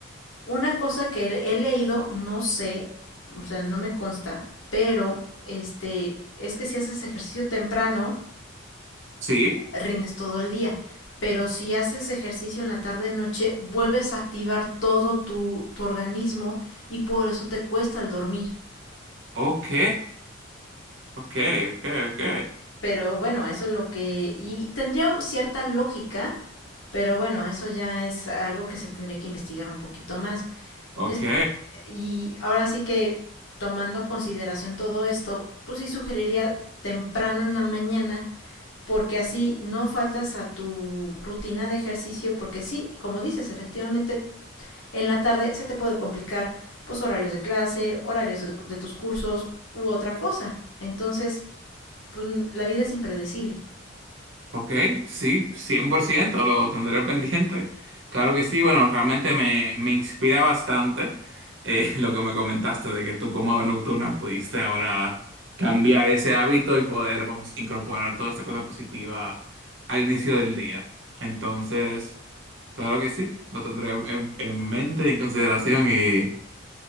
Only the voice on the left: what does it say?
una cosa que he he leído, no sé, o sea, no me consta, pero este, es que si haces ejercicio temprano,
rindes todo el día. Pero si haces ejercicio en la tarde noche, vuelves a activar todo tu, tu organismo y por eso te cuesta el dormir.
Pero bueno, eso es lo que... Y tendría cierta lógica, pero bueno, eso ya es algo que se tendría que investigar un poquito más.
Es... Y ahora sí que tomando a consideración todo esto, pues sí sugeriría temprano en la mañana porque así no faltas a tu rutina de ejercicio, porque sí, como dices, efectivamente, en la tarde se te puede complicar pues horarios de clase, horarios de, de tus cursos u otra cosa. Entonces, pues, la vida es impredecible.